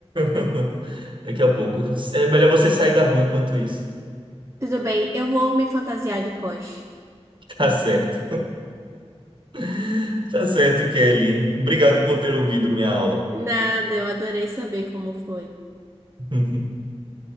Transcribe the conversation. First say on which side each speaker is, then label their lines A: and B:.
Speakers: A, on the right; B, on the right.
A: <laughs> Daqui a pouco. É melhor você sair da rua enquanto isso.
B: Tudo bem, eu vou me fantasiar de Porsche.
A: Tá certo. <laughs> Tá certo, Kelly. Obrigado por ter ouvido minha aula.
B: Nada, eu adorei saber como foi.
A: <laughs>